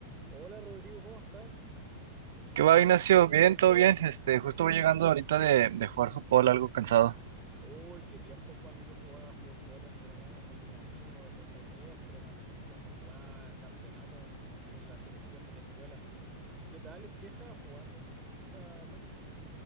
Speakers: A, on the right; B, on the right.
A: Hola Rodrigo, ¿cómo estás?
B: ¿Qué va, Ignacio? Bien, todo bien. Este, justo voy llegando ahorita de, de jugar fútbol, algo cansado.
A: Uy, qué tiempos cuando yo jugaba fútbol en verdad con mis amigos en los recreos, pero también cuando jugaba campeonatos en la selección de mi escuela. ¿Y qué tal? ¿En qué estabas jugando? O sea, ¿dónde?